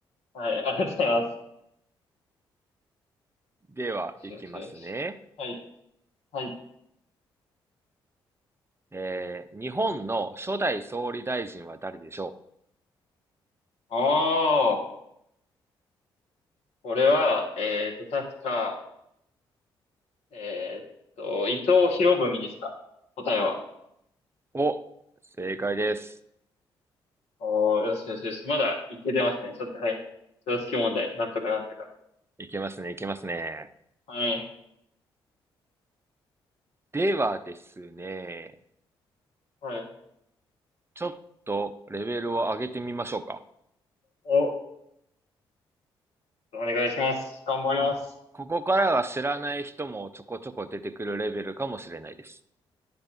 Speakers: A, on the left; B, on the right.
A: はい、ありがとうございます。
B: では、
A: よしよしよし。
B: いきますね。
A: はい、はい。
B: えー、日本の初代総理大臣は誰でしょう
A: おー。これは、えっと、確か、えーっと、伊藤博文ですか答えは。
B: お、正解です。
A: おー、よしよしよし。まだいけてますね。ちょっと、はい。常識問題。なんとかなんとか。
B: いけますね、いけますね。
A: はい。
B: ではですね、
A: はい。
B: ちょっとレベルを上げてみましょうか。
A: お、お願いします。頑張ります。
B: こ、ここからは知らない人もちょこちょこ出てくるレベルかもしれないです。